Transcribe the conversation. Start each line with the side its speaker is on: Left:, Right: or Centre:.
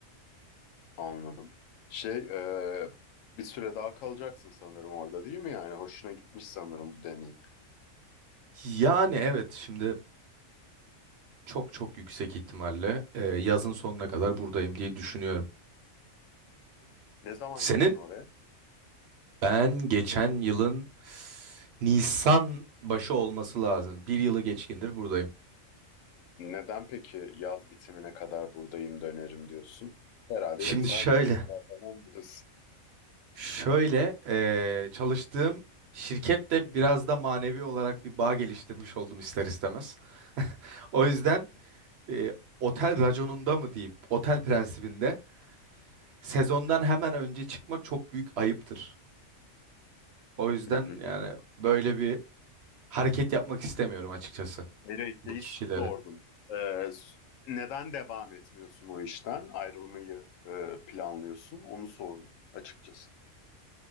Left: Anladım. Şey, e, bir süre daha kalacaksın sanırım orada değil mi? Yani hoşuna gitmiş sanırım bu deneyim.
Right: Yani evet şimdi çok çok yüksek ihtimalle e, yazın sonuna kadar buradayım diye düşünüyorum.
Left: Ne zaman
Right: Senin?
Left: gittin oraya?
Right: Ben geçen yılın Nisan başı olması lazım. Bir yılı geçkindir buradayım.
Left: Neden peki yaz bitimine kadar buradayım dönerim diyorsun? Herhalde
Right: Şimdi
Left: yeter.
Right: şöyle,
Left: Bu kadar falan biraz.
Right: şöyle e, çalıştığım şirkette biraz da manevi olarak bir bağ geliştirmiş oldum ister istemez. <laughs> O yüzden e, otel raconunda mı diyeyim, otel prensibinde sezondan hemen önce çıkmak çok büyük ayıptır. O yüzden
Left: Hı hı.
Right: yani böyle bir hareket yapmak istemiyorum açıkçası
Left: Ereğli'yi
Right: bu kişileri.
Left: sordum. E, s- neden devam etmiyorsun o işten? Ayrılmayı e, planlıyorsun. Onu sordum açıkçası.